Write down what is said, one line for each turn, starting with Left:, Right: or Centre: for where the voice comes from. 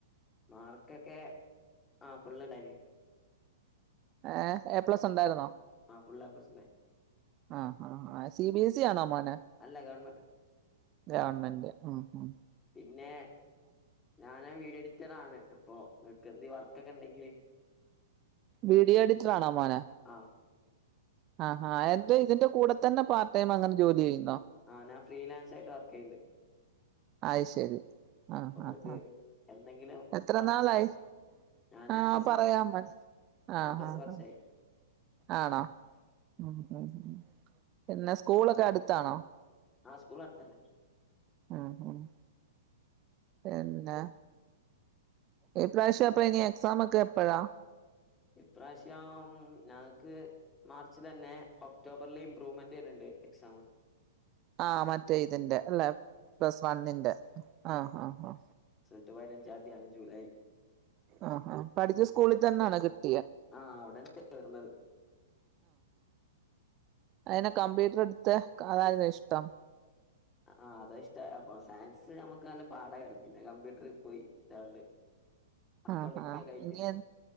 Left: മാർക്കൊക്കെ ആ ഫുള്ള് ണ്ടായിന്നു
Right: ഏ എ പ്ലസ് ഉണ്ടായിരുന്നോ?
Left: ആഹ് ഫുള്ള് എ പ്ലസ് ഉണ്ടായി
Right: ആ ആ സി ബി എസ സി ആണോ മോൻ
Left: അല്ല ഗവണ്മെന്റാ
Right: ഗവണ്മെന്റ് മ് മ്
Left: പിന്നെ ഞാൻ വീഡിയോ എഡിറ്റർ ആണ് അപ്പൊ ഇങ്ങക്കെന്തീ വർക്കൊക്കെണ്ടെങ്കില്
Right: വീഡിയോ എഡിറ്ററാണോ മോന്
Left: ആഹ്
Right: ആഹ് ആഹ് എന്ത് ഇതിന്റെ കൂടെ തന്നെ പാർടൈം അങ്ങനെ ജോലി ചെയ്
Left: ആഹ് ഞാൻ ഫ്രീലാൻസായ്റ്റ് വർക്കെയ്ണ്ട്
Right: അയ് ശെരി ആഹ്
Left: നിങ്ങക്ക്
Right: ആഹ് ആഹ്
Left: എന്തെങ്കിലും
Right: എത്ര
Left: വർക്കോ
Right: നാളായി
Left: ഞാന്
Right: ആഹ്
Left: രണ്ട് മൂന്ന്
Right: പറയാം
Left: വർഷം
Right: <unintelligible> ആഹ്
Left: രണ്ട് മൂന്ന്
Right: ആഹ്
Left: വർഷായി
Right: ആഹ് ആണോ മ് മ് മ് പിന്നെ സ്കൂളൊക്കെ അട്ത്താണോ?
Left: ആഹ് സ്കൂൾ അട്ത്തെന്നെ
Right: ഉം ഉം പിന്നെ ഈ പ്രാവ്ശ്യം പ്പഇനി എക്സാമൊക്കെ എപ്പഴാ
Left: ഇപ്രാവ്ശ്യം ഞങ്ങക്ക് മാർച്ച്ലെന്നെ ഒക്ടോബറിൽ ഇമ്പ്രൂവ്മെന്റ് വര്ണ് ണ്ട് എക്സാമ്.
Right: ആഹ മറ്റേ ഇതിന്റെ അല്ലെ പ്ലസ് വണ്ണിന്റെ ആ ആ ആ
Left: ഇന്ന് പതിനഞ്ചാം തീയതിയാണ് ജൂലൈ
Right: ആ ആ പഠിച്ച സ്കൂളിൽ തന്നെയാണോ കിട്ടിയത്
Left: ആ അവിടെഞ്ഞെ ചേർന്നത്
Right: അഴിഞ് കമ്പ്യൂട്ടറ് എടുത്ത് അതാ ഇഷ്ടം
Left: ആ അത് ഇഷ്ടായപ്പ സയൻസ് നമുക്ക് നല്ല പാഠംയ്ക്കാരം പിന്നെ കമ്പ്യൂട്ടറി പോയി ഇഷ്ടാണ്ട് അക്കൗണ്ടിങ്
Right: ആ ആ
Left: ഒക്കെ ആയിട്ട്
Right: ഇനി